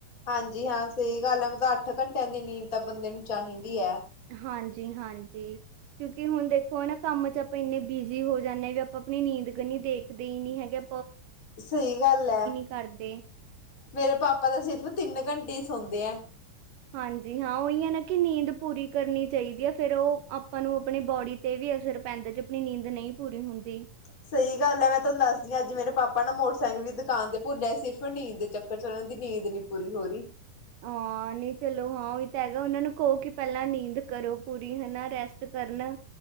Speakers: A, on the left (about 25°); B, on the right (about 75°).
A: ਹਾਂਜੀ ਹਾਂ ਸਹੀ ਗੱਲ ਹੈ ਮਤਲਬ ਅੱਠ ਘੰਟਿਆਂ ਦੀ ਨੀਂਦ ਤਾਂ ਬੰਦੇ ਨੂੰ ਚਾਹੀਦੀ ਐ।
B: ਹਾਂਜੀ ਹਾਂਜੀ ਕਿਉਂਕਿ ਹੁਣ ਦੇਖੋ ਨਾ ਕੰਮ ਚ ਆਪਾਂ ਇੰਨੇ ਬਿਜੀ ਹੋ ਜਾਂਦੇ ਹਾਂ ਵੀ ਆਪਾਂ ਆਪਣੀ ਨੀਂਦ ਗਨੀ ਦੇਖਦੇ ਹੀ ਨਹੀਂ ਹੈਗੇਂ
A: ਸਹੀ ਗੱਲ ਹੈ
B: ਕਰਦੇ
A: ਮੇਰੇ ਪਾਪਾ ਦਾ ਸਿਰਫ਼ ਤਿੰਨ ਘੰਟੇ ਸੋਂਦੇ ਐ
B: ਹਾਂਜੀ ਹਾਂ ਉਹੀ ਹੈ ਨਾ ਕਿ ਨੀਂਦ ਪੂਰੀ ਕਰਨੀ ਚਾਹੀਦੀ ਹੈ ਫਿਰ ਉਹ ਆਪਾਂ ਨੂੰ ਆਪਣੇ ਬੋਡੀ ਤੇ ਵੀ ਅਸਰ ਪੈਂਦਾ ਜੇ ਆਪਣੀ ਨੀਂਦ ਨਹੀਂ ਪੂਰੀ ਹੁੰਦੀ
A: ਸਹੀ ਗੱਲ ਹੈ ਮੈਂ ਤੁਹਾਨੂੰ ਦੱਸਦੀ ਹ ਅੱਜ ਮੇਰੇ ਪਾਪਾ ਨਾ ਮੋਟਰਸਾਈਕਲ ਦੀ ਦੁਕਾਨ ਤੇ ਭੁੱਲਿਆ ਸਿਰਫ਼ ਨੀਂਦ ਦੇ ਚੱਕਰ ਚ ਉਹਨਾਂ ਦੀ ਨੀਂਦ ਨੀ ਪੂਰੀ ਹੋ ਰਹੀ
B: ਹਾਂ ਨਹੀਂ ਚਲੋ ਹਾਂ ਉਹੀ ਤਾਂ ਹੈਗਾ ਉਹਨਾਂ ਨੂੰ ਕਹੋ ਕਿ ਪਹਿਲਾਂ ਨੀਂਦ ਕਰੋ ਪੂਰੀ ਹਨਾ ਰੈਸਟ ਕਰਨ